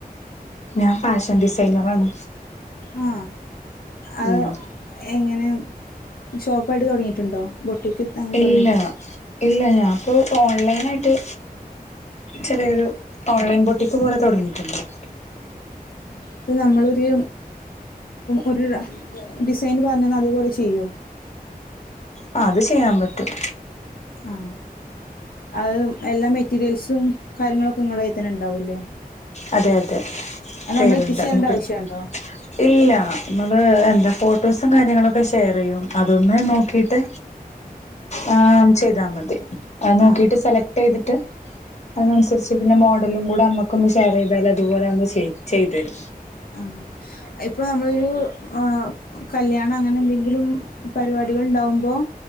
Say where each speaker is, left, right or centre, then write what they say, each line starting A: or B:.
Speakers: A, on the left; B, on the left.
A: ഞാൻ ഫാഷൻ ഡിസൈനറാണ്.
B: ആ അത്
A: ഉം
B: എങ്ങനെയാ? ഷോപ്പായിട്ട് തൊടങ്ങിയിട്ടുണ്ടോ? ബൊട്ടിക്ക് അങ്ങനെ
A: ഇല്ല
B: തൊടങ്ങിയിട്ടുണ്ടോ
A: ഇല്ല ഞാൻപ്പോ ഓൺലൈൻ ആയിട്ട് ചെറിയൊരു ഓൺലൈൻ ബൊട്ടിക്ക് പോലെ തൊടങ്ങി. കം <unintelligible>
B: പ്പ നമ്മളൊരു ഒരു ഡിസൈന് പറഞ്ഞന്ന അതേപോലെ ചെയ്യോ?
A: ആ അത് ചെയ്യാൻ പറ്റും
B: ആഹ് അത് എല്ലാ മെറ്റീരിയൽസും കാര്യങ്ങളൊക്കെ നിങ്ങളെ കയ്യിൽ തന്നെ ഉണ്ടാവൂല്ലേ?
A: അതെ അതെ <unintelligible>
B: അത് നമ്മൾ എത്തിച്ചു തരേണ്ട ആവശ്യണ്ടോ
A: ഇല്ല നമ്മള് ന്താ പോ ഫോട്ടോസും കാര്യങ്ങളൊക്കെ ഷെയർ ചെയ്യും. അതൊന്ന് നോക്കിട്ട് ആ ചെയ്താ മതി. അത് നോക്കിട്ട്
B: ആഹ്
A: സെലക്ട് ചെയ്തിട്ട് അതിനനുസരിച്ച് ഇതിന്റെ മോഡലുംകൂടെ <unintelligible> <unintelligible> അതുപോലെമ്മ ചെയ ചെയ് തരും
B: ആണോ ഇപ്പൊ നമ്മളൊരു ആ കല്യാണം അങ്ങനെ എന്തെങ്കിലും പരിപാടി കുട്ടികലുണ്ടാവുമ്പോൾ